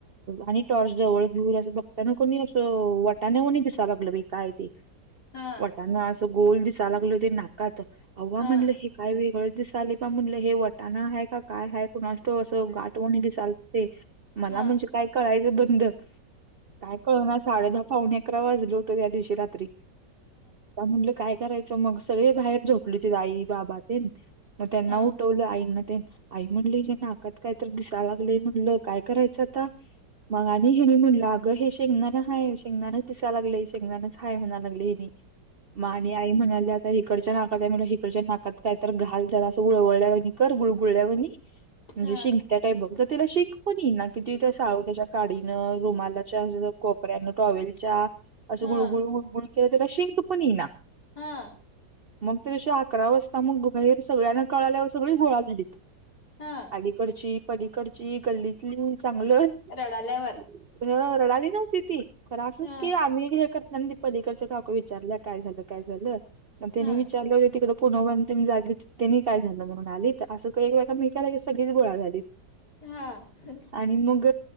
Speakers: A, on the right (about 50°); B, on the left (about 60°).
A: आणि अ टॉर्च जवळ घेऊन असं बघतायन कनी असं वटाण्यावाणी दिसाय लागलं बाई काय ते
B: हा हा
A: वटाणा असं गोल दिसाय लागलं ते नाकात अव्वा
B: हा
A: म्हणलं हे काय वेगळ दिसाले प म्हणलं हे वटाणा हाय का काय कुणास ठाव असं गाठवणी दिसायलत ते मला
B: हा
A: म्हणजे
B: हा
A: काय कळायचं बंद काय कळणार साडे दहा पाउणे अकरा वाजलं होत त्या दिवशी रात्री आता म्हणलं काय विचारायचं मग सगळे बाहेर झोपली होती आई बाबा तेन मग त्यांना
B: हा
A: उठवलं आईन तेन आई म्हणल हिज्या नाकात कायतर दिसाय लागलयं म्हणलं काय करायचं आता? मग आणि ह्यनी म्हणलं अगं हे शे गदाना हाय शेंगदानाच दिसाय लागलयं शेंगदाच हाय म्हणाय लागल ह्यंनी म आणि आई म्हणाल्या हिकडच्या नाकात आहे हिकडच्या नाकात काय तर घाल झाला जरा असं उळवळल्या कर गुळगुळल्या वाणी म्हणजे
B: हा
A: शिंकतिया बघ तर तिला शिंक पण येईना. किती त्या साळूत्याच्या काडीनं रुमालाच्या असं कोपऱ्यानं टॉवेलच्या असं गुळू
B: हा
A: गुळू गुळू गुळ केलं त्याला शिंक पण येई ना.
B: हा.
A: मग त्यादिवशी अकरा वाजता मग बाहेर सगळ्यांना कळाल्यावर सगळी गोळा झालीत.
B: हा
A: अलीकडची पलीकडची गल्लीतली चांगल हं
B: रडाल्यावर
A: रडली नव्हती ती खर असच
B: हा
A: की आम्ही हे कर नाही पलीकडच्या काकु विचारल्या काय झालं? काय झालं? त्यानी
B: हा
A: विचारलं हो तिकडे पुनोवान त्यांनी जागे होतीत त्यांनी काय झालं म्हणून आलीत असं ते एकामेकाला सगळीच गोळा झालीत.
B: हा हं.
A: आणि मग